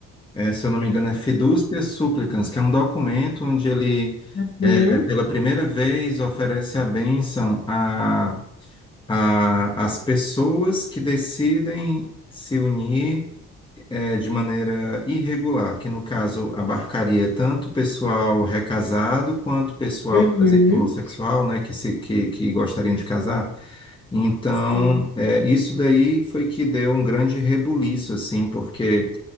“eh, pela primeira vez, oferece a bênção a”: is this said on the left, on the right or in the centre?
Left